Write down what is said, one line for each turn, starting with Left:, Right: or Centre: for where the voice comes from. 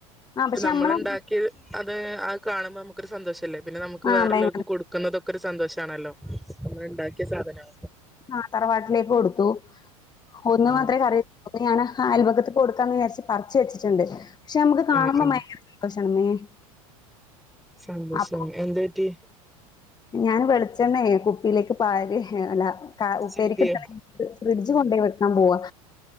Left: ആ
Centre: പക്ഷെ നമ്മള്ണ്ടാക്കിയത്
Left: നമ്മളെ
Centre: അത് ആഹ് കാണുമ്പോ നമുക്കൊരു സന്തോഷല്ലേ പിന്നെ നമുക്ക്
Left: ആ
Centre: വേറെല്ലോർക്ക്
Left: ഭയങ്കര
Centre: കൊടു ക്കുന്നതൊക്കെരു സന്തോഷാണല്ലോ നമ്മള് ഇണ്ടാക്കിയ സാധനം
Left: ആഹ് തറവാട്ടിലേക്ക് കൊടുത്തു ഒന്ന്
Centre: ആ
Left: മാത്രേ കറി അപ്പം ഞാന് ആഹ് അയൽ പക്കത്ത് കൊടുക്കാന്ന് വിചാരിച്ച് പറിച്ച് വച്ചിട്ടുണ്ട് പക്ഷെ നമുക്ക് കാണുമ്പോ
Centre: ആ ആ
Left: ഭയങ്കര <unintelligible>
Centre: സന്തോഷം
Left: അപ്പൊ
Centre: എന്തു പറ്റി
Left: ഞാൻ വെളിച്ചെണ്ണേ കുപ്പിലേക്ക് പാര് അല്ല കാ ഉപ്പേരിക്ക്ടുക്കണേന്
Centre: ചിന്തിയോ
Left: ഫ്രിഡ്ജ് കൊണ്ടേ വെക്കാൻ പോവാ